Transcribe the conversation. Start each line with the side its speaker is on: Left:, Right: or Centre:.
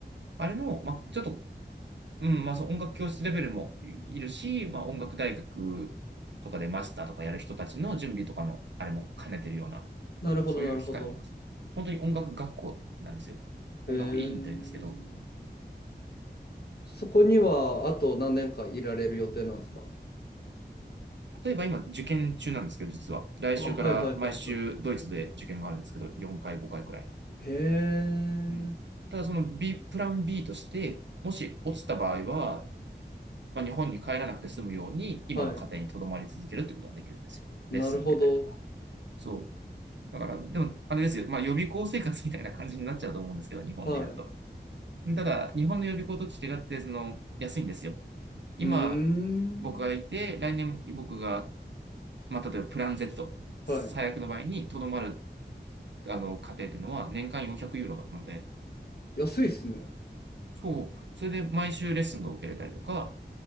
Right: あれの、まあ、ちょっと、うん、まあ、その音楽教室レベルもいるし、まあ、音楽大学とかでマスターとかやる人たちの準備とかの、あれも兼ねてるような、
Left: なるほど、
Right: そういう機会にいます。
Left: なるほど。
Right: 本当に音楽学校なんですよ。
Left: へえ。
Right: 音楽院というんですけど、
Left: そこには、あと何年かいられる予定なんですか
Right: 例えば今、受験中なんですけど、実は。来週から毎週ドイツで受験があるんですけど、
Left: あ、はい、はい、はい、はい。
Right: 4回、5回くらい。
Left: へえ、
Right: うん。ただその B、プラン B として、もし落ちた場合は、まあ、日本に帰らなくて済むように、今の家庭に留まり続けるってことができるんですよ。
Left: はい。なるほど。
Right: レッスン受けたりとか。そう。だから、でも、あれですよ。まあ、予備校生活みたいな感じになっちゃうと思うんですけど、日本で言うと。
Left: はい。
Right: ただ、日本の予備校と違って、その、安いんですよ。今、
Left: うーん。
Right: 僕がいて、来年僕がまあ、例えばプラン Z、最悪の場合にとどまる、
Left: は
Right: あの、家庭っていうのは年間400ユーロだったので、
Left: い。安いっすね。
Right: そう、それで毎週レッスンが受けれたりとか、